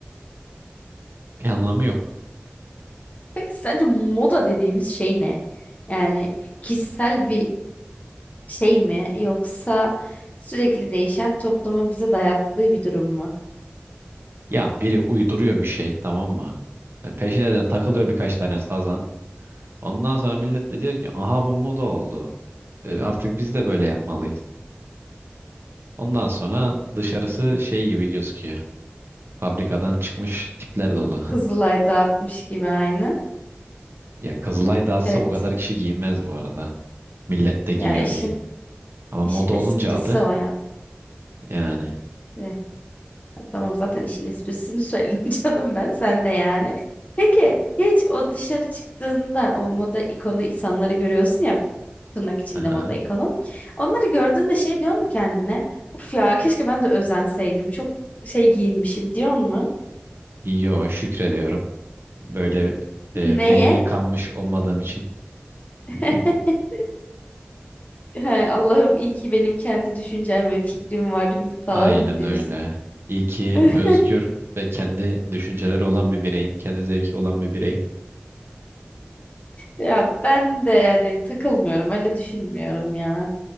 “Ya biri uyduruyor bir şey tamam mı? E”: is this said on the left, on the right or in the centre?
Right